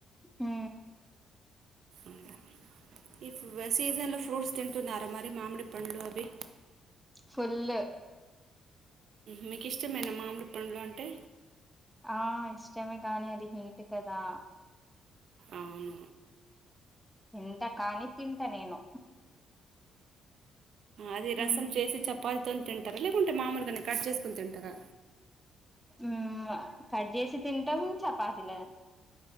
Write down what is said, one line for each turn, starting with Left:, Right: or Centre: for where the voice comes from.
Centre: మ్
Right: అంట ఇప్పుడు సీజన్లో ఫ్రూట్స్ తింటున్నారా మరి మామిడి పండ్లు అవి
Centre: ఫుల్
Right: మీకు ఇష్టమైన మామిడి పండ్లు అంటే
Centre: ఆ ఇష్టమే కానీ అది హీట్ కదా
Right: అవును
Centre: తింట కానీ తింట నేను
Right: అది రసం
Centre: ఉమ్,
Right: చేసి చపత్ తింటారా లేకుంటే మామూలుగాని కట్ చేసుకుని తింటారా
Centre: మ్ కట్ చేేసి తింటాం చపాతిీల